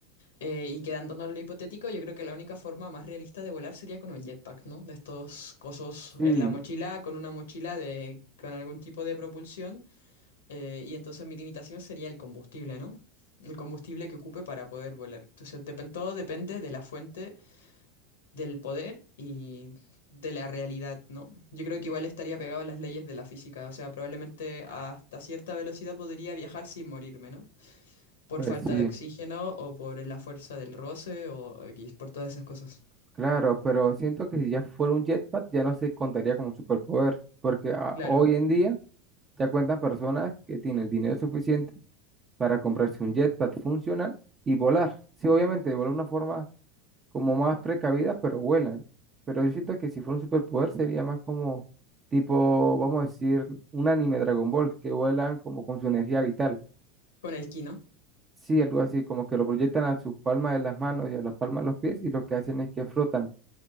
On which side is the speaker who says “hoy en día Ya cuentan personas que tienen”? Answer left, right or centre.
Right